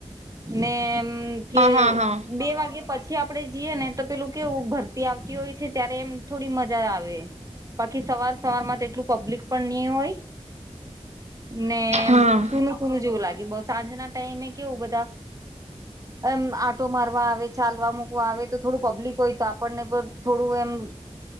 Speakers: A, on the right (about 30°); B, on the right (about 85°).
A: ને એમ... ઘેર
B: હા હા હા
A: બે વાગે... પછી આપડે જઈએ ને તો પેલું કેવું ભરતી આવતી હોય છે ત્યારે એમ થોડી મજા આવે. બાકી સવાર સવારમાં તો એટલું પબ્લિક પણ નહી હોય. ને
B: હા
A: સુુંનું સુૂનું જેવું લાગે બ સાંજના ટાઈમે કેવું બધા.... <inaudible> એમ આટો મારવા આવે ચાલવા મૂકવા આવે તો થોડું પબ્લિક હોય તો આપણને પણ થોડું એમ....